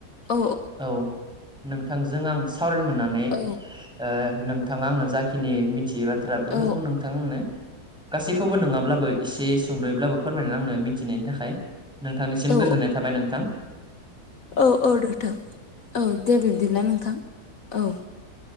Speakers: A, on the left; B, in the centre.
A: औ
B: औ नोंथांजों आं सावरायनो मोननानै
A: औ
B: ओ नोंथाङा आंनो जाखिनि मिथियै बा थ्रा बेफोरखौ
A: औ
B: नोंथां आंनो गासैखौबो नङाब्लाबो एसे सुंद'यैब्लाबो फोरमायनानै आंनो मि मिथिनायनि थाखाय नोंथांनिसिम
A: औ
B: गोजोननाय थाबाय नोंथां।
A: औ औ नोंथां। औ दे बिब्दिब्ला नोंथां औ